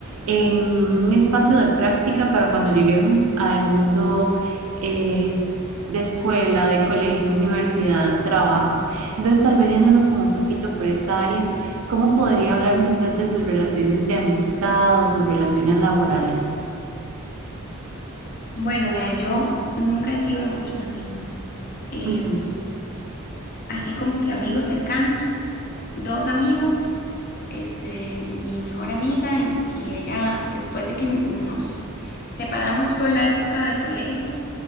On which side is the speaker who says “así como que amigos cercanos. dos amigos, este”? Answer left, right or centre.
Left